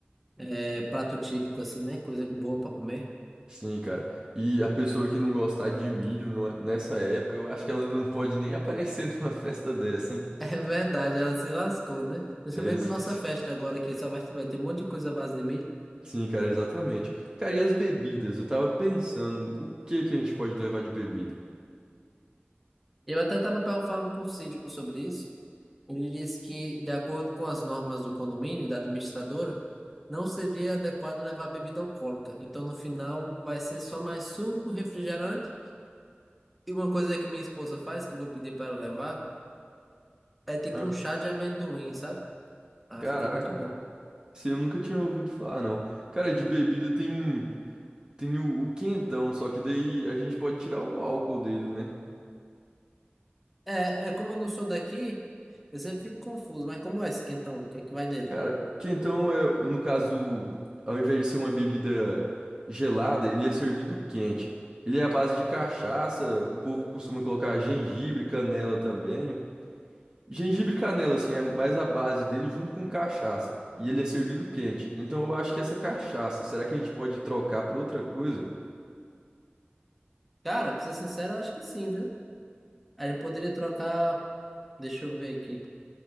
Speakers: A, in the centre; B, on the right.
A: É prato típico, assim, né? Coisa boa pra comer. <laughs>
B: Sim, cara. E a pessoa que não gostar de milho não- é- nessa época, eu acho que ela não pode nem aparecer <laughs> numa festa dessa, hein?
A: É verdade, ela se lascou, né? Principalmente
B: É, exato.
A: a nossa festa agora, que só vai, vai ter um monte de coisa à base de milho.
B: Sim, cara, exatamente. Cara, e as bebidas? Eu tava pensando, o que que a gente pode levar de bebida?
A: Eu até estava falando com o síndico sobre isso. Ele disse que, de acordo com as normas do condomínio e da administradora, não seria adequado levar bebida alcoólica. Então, no final, vai ser só mais suco, refrigerante. E uma coisa que minha esposa faz, que eu vou pedir para ela levar, é tipo
B: Ah,
A: um chá de amendoim, sabe? Ah,
B: caraca,
A: fica muito bom.
B: cara. Se eu nunca tinha ouvido falar, não. Cara, de bebida tem tem o, o quentão, só que daí a gente pode tirar o álcool dele, né?
A: É, é como eu não sou daqui, eu sempre fico confuso. Mas como é esse quentão? O que é que vai nele?
B: Cara, que então é, no caso, ao invés de ser uma bebida gelada, ele é servido quente. Ele é à base de cachaça, o povo costuma colocar gengibre, canela também. Gengibre e canela, assim, é mais a base dele junto com cachaça. E ele é servido quente. Então eu acho que essa cachaça, será que a gente pode trocar por outra coisa?
A: Cara, pra ser sincero, eu acho que sim, viu? A gente poderia trocar, deixa eu ver aqui,